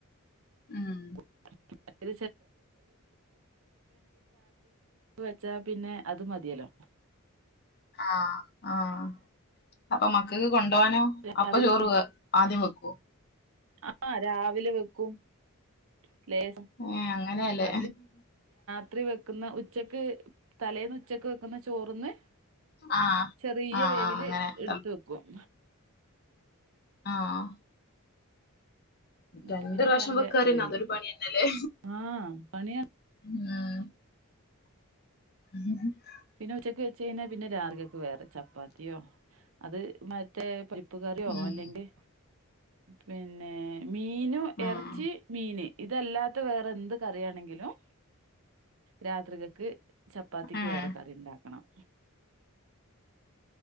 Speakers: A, on the left; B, on the right.
A: ഉം
B: <unintelligible> <unintelligible> വെച്ചാ പിന്നെ അത് മതിയല്ലോ
A: ആഹ് ആഹ് അപ്പം മക്കക്ക് കൊണ്ടുപോാനോ
B: രാവിലെ
A: അപ്പൊ ചോറ് ആദ്യം വെക്കോ
B: അപ്പ രാവിലെ വെക്കും <unintelligible>
A: ഏ അങ്ങനെയല്ലേ
B: ത്രി വെക്കുന്ന ഉച്ചക്ക് തലേന്ന് ഉച്ചക്ക് വെക്കുന്ന ചോറ്ന്ന്
A: ആ
B: ചെറിയ
A: ആ
B: വേവില്
A: അങ്ങനെ
B: എടുത്ത്
A: തൾ
B: വെക്കും
A: ആഹ്
B: എന്നിട്ട്
A: രണ്ട്
B: പിന്നെ
A: പ്രാവശ്യം
B: രാവിലെ
A: വെക്കാറന്ന
B: വേവിക്കും.
A: അതൊരു പണി തന്നല്ലേ
B: ആ പണിയാണേ.
A: ഉം <inaudible>
B: പിന്നെ ഉച്ചക്ക് വെച്ചഴിഞ്ഞാൽ പിന്നെ രാർഗൊക്കെ വേറെ ചപ്പാത്തിയോ അത് മ മേ പരിപ്പ് കറിയോ
A: ഉം
B: അല്ലെങ്കി പിന്നെ മീനോ
A: ആ
B: ഇറച്ചി മീന് ഇതല്ലാത്ത വേറെ എന്ത് കറിയണെങ്കിലും രാത്രികക്ക് ചപ്പാത്തിക്ക്
A: ആഹ്
B: വറക്ക കറിണ്ടാക്കണം